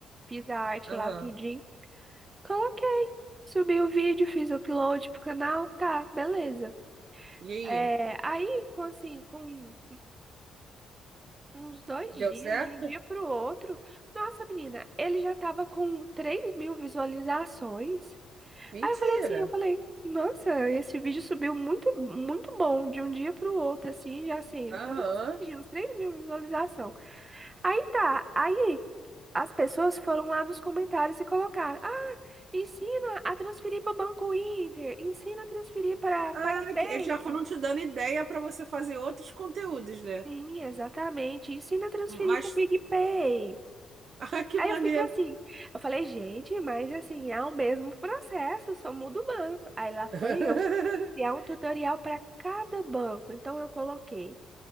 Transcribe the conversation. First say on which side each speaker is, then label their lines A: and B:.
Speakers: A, on the right; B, on the right.
A: Fiz a arte
B: aham.
A: lá, tudo Coloquei. Subi o vídeo, fiz o upload pro canal, tá, beleza.
B: E aí,
A: É, aí, com assim, com um- uns dois
B: deu
A: dias,
B: certo?
A: de um dia pro outro, nossa, menina, ele já tava com 3 mil visualizações.
B: Mentira.
A: Aí eu falei assim, eu falei, nossa, esse vídeo subiu muito, muito bom, de um dia pro outro, assim, já assim,
B: Aham.
A: tava conseguindo uns 3 mil visualizações. Aí tá, aí. As pessoas foram lá nos comentários e colocaram: Ah, ensina a transferir para o Banco Inter, ensina a transferir para
B: Ah,
A: PagBank.
B: que- eles já foram te dando ideia para você fazer outros conteúdos, né?
A: Sim, exatamente, ensina a transferir
B: Mas,
A: para o PicPay.
B: <laughs> ah, que
A: Aí
B: maneiro.
A: eu fiquei assim, eu falei, gente, mas assim, é o mesmo processo, só muda o banco. Aí lá
B: <laughs>
A: foi eu criar um tutorial para cada banco. Então eu coloquei